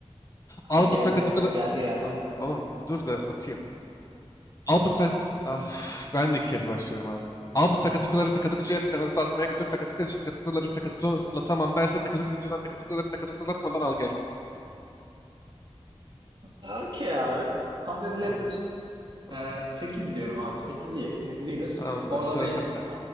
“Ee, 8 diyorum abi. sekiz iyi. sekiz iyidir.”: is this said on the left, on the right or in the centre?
Right